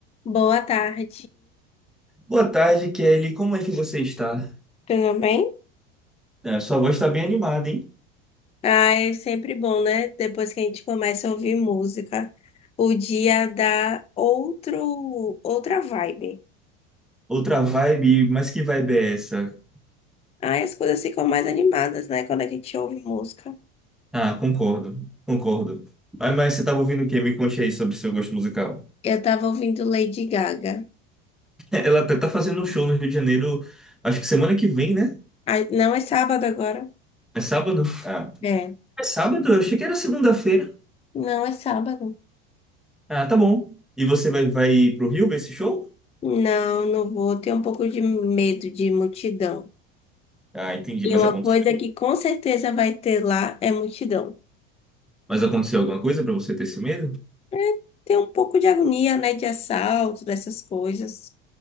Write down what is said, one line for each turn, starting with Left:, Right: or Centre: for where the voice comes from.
Left: Boa tarde,
Centre: Boa tarde, Kelly. Como é que você está?
Left: tudo bem?
Centre: É, sua voz está bem animada, hein?
Left: Ah, é sempre bom, né? Depois que a gente começa a ouvir música, o dia dá outro, outra vibe.
Centre: Outra vibe, mas que vibe é essa?
Left: Ah, as coisas ficam mais animadas, né? Quando a gente ouve música.
Centre: Ah, concordo, concordo. Mas, mas você estava ouvindo o quê? Me conte aí sobre seu gosto musical.
Left: Eu tava ouvindo Lady Gaga.
Centre: <laughs> Ela até tá fazendo um show no Rio de Janeiro, acho que semana que vem, né?
Left: Ah, não é sábado agora?
Centre: É sábado? Ah,
Left: É.
Centre: é sábado? Eu achei que era segunda-feira.
Left: Não é sábado.
Centre: Ah, tá bom. E você vai, vai pro Rio ver esse show?
Left: Não, não vou. Tenho um pouco de medo de multidão.
Centre: Ah, entendi,
Left: E
Centre: mas
Left: uma
Centre: aconteceu.
Left: coisa que com certeza vai ter lá é multidão.
Centre: Mas aconteceu alguma coisa para você ter esse medo?
Left: É, tem um pouco de agonia, né? De assalto, dessas coisas.